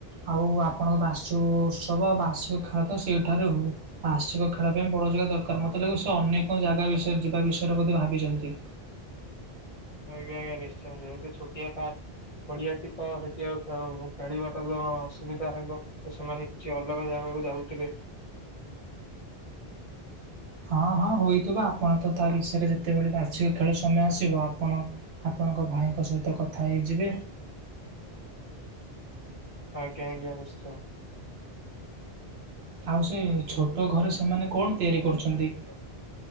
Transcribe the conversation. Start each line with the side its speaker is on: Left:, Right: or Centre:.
Right: ଆଉ ଆପଣଙ୍କ ବାସିଛୁ ଉତ୍ସବ ଆଉ ବାର୍ଷିକ ଖେଳ ତ ସେଇଠାରେ ହୁଏ ବାର୍ଷିକ ଖେଳ ପାଇଁ ବଡ ଜାଗା ଦରକାର ମତେ ଲାଗେ ସେ ଅନ୍ୟ କଣ ଜାଗା। ବିଷୟରେ ଯିବା ବିଷୟରେ ବୋଧେ ଭାବିଛନ୍ତି।
Left: ଆଜ୍ଞା ଆଜ୍ଞା ନିଶ୍ଚୟ ଯ ଛୋଟିଆ ପା। ପଡିଆଟି ତ ସେଠି ଆଉ ଖେଳିବାଟ ତ ଅସୁବିଧା ହେବ ତ ସେମାନେ କିଛି ଅଲଗା ଜାଗା। ଯାଉଥିଲେ।
Right: ହଁ ହଁ ହୋଇଥିବ ଆପଣ ତ ତା ବିଷରେ ଯେତେବେଳେ ବାର୍ଷିକ ଖେଳ ସମୟ ଆସିବ ଆପଣ ଆପ। ଆପଣଙ୍କ ଭାଇଙ୍କ ସହିତ କଥା ହେଇଯିବେ।
Left: ଆଜ୍ଞା ଆଜ୍ଞା ନିଶ୍ଚୟ।
Right: ଆଉ ସେ ଛୋଟ ଘରେ ସେମାନେ କଣ ତିଆରି କରୁଛନ୍ତି।